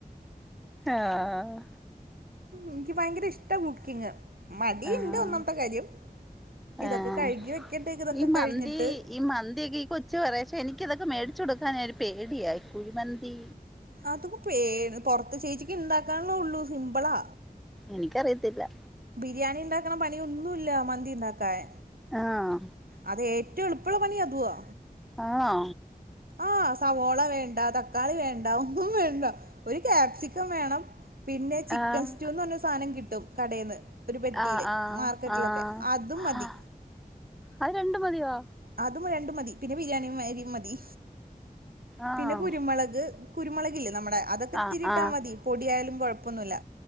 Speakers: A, in the centre; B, on the right.
A: ആഹ്.
B: ഇനിക്ക് ഭയങ്കര ഇഷ്ടാ കുക്കിങ്ങ്. മടിയ്ണ്ട്
A: ആഹ്
B: ഒന്നാമത്തെ കാര്യം. ഇതൊക്കെ
A: ആഹ്
B: കഴുകി വെക്കടണ്ടെ ഇതൊക്കെ
A: ഈ മന്തി
B: കഴിഞ്ഞിട്ട്
A: ഈ മന്തിയൊക്കെ ഈ കൊച്ചു പറയും. പക്ഷെ എനിക്ക്‌ ഇതൊക്കെ മേടിച്ചു കൊടുക്കാനൊരു പേടിയാ, ഈ കുഴിമന്തി
B: അതിപ്പോ പേര് പൊർത്ത്, ചേച്ചിക്ക് ഇണ്ടാക്കാനല്ലേ ഉള്ളൂ സിംമ്പിളാ.
A: എനിക്കറിയത്തില്ല.
B: ബിരിയാണി ഇണ്ടാക്കണ പണിയൊന്നുല്ല മന്തി ഇണ്ടാക്കാൻ.
A: ആഹ്
B: അതേറ്റവും എള്പ്പള്ള പണിയു അതുവാ.
A: ആണോ?
B: ആഹ് സവോള വേണ്ട തക്കാളി വേണ്ട ഒന്നും വേണ്ട. ഒരു ക്യാപ്സിക്കം വേണം പിന്നെ ചിക്കൻ
A: ആഹ്
B: സ്റ്റൂന്നറഞ്ഞൊരു സാനം കിട്ടും കടേന്ന്. ഒരു പെട്ടീല്
A: ആഹ്
B: മാർക്കറ്റിലൊക്കെ.
A: ആഹ്
B: അതും മതി.
A: ആഹ് അത് രണ്ടും മതിയോ?
B: അതു രണ്ടും മതി. പിന്നെ ബിരിയാണിയരിയും മതി.
A: ആഹ്
B: പിന്നെ കുരുമൊളക് കുരുമൊളകില്ലെ നമ്മടെ, അതൊക്കെ ഇത്തിരിയിട്ടാ
A: ആഹ് ആഹ്
B: മതി. പൊടിയായാലും കുഴപ്പൊന്നുല്ല.